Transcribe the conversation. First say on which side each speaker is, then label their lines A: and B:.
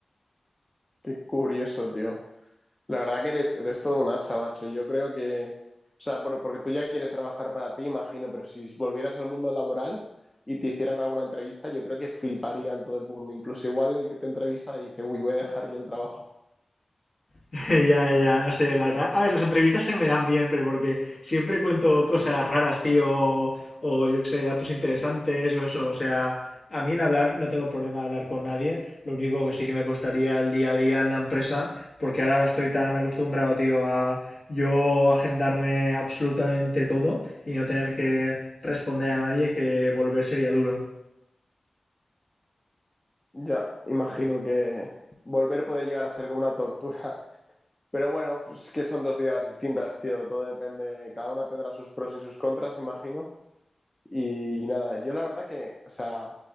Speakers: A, on the left; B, on the left.
A: Qué curioso, tío. La verdad que eres, eres todo un hacha, macho. Yo creo que, o sea, por- porque tú ya quieres trabajar para ti, imagino, pero si volvieras al mundo laboral y te hicieran alguna entrevista, yo creo que fliparían todo el mundo. Incluso igual el que te entrevista dice, uy, voy a dejar yo el trabajo.
B: <laughs> ya, ya, ya, no sé, la verdad. A ver, las entrevistas se me dan bien, pero porque siempre cuento cosas raras, tío, o, o yo qué sé, datos interesantes o eso. O sea, a mí el hablar, no tengo problema de hablar con nadie. Lo único que sí que me costaría el día a día en la empresa, porque ahora estoy tan acostumbrado, tío, a yo agendarme absolutamente todo y no tener que responder a nadie que volver sería duro.
A: Ya, imagino que volver puede llegar a ser como una tortura. <laughs> Pero bueno, es que son dos vidas distintas, tío. Todo depende, cada una tendrá sus pros y sus contras, imagino. Y nada, yo la verdad que, o sea,